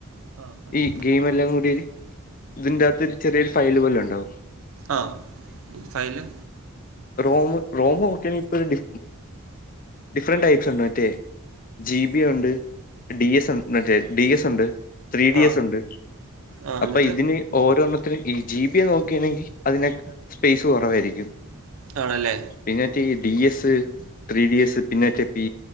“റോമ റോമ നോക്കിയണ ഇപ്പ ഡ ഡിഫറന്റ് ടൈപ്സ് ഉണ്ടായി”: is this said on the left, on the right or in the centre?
Left